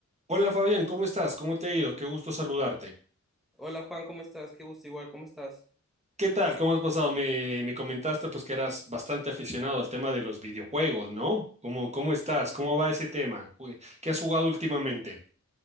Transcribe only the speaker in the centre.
Hola Juan, ¿cómo estás? Qué gusto, igual, ¿cómo estás?
Sí.